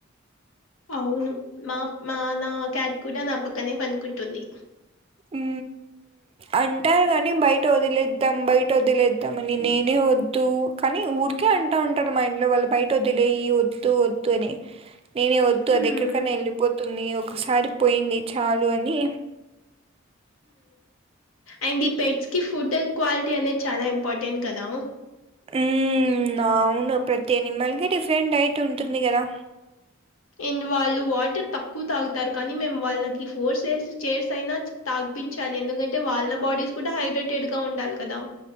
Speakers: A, on the left; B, on the right.
A: అవును మా మనా క్యాట్ కూడా నా పక్కనే పండుకుంటుంది
B: ఊ అంటారు కానీ బయట వదిలేద్దాం బయట వదిలేద్దాం అని నేనే వద్దు కానీ ఊరికే అంటా ఉంటారు మైండ్ లో వాళ్ళు బయట వద్దులేయి వద్దు వద్దు అని నేనే వద్దు
A: హ్మ్
B: అది ఎక్కడికైనా వెళ్ళిపోతుంది ఒకసారి పోయింది చాలు అని
A: అండ్ ఈ పెడ్స్ కి ఫుడ్ క్వాలిటీ అనేది చాలా ఇంపార్టెంట్ కదా
B: ఉ అవును ప్రతి అనిమల్కి డిఫరెంట్ అయితే ఉంటుంది కదా
A: అండ్ వాళ్ళు వాటర్ తక్కువ తాగుతారు కానీ మేము వాళ్ళకి ఫోర్ సేల్స్ చైర్స్ అయినా తాగపించాలి ఎందుకంటే వాళ్ళ బాడీస్ కూడా హైడ్రేటెడ్ గా ఉండాలి కదా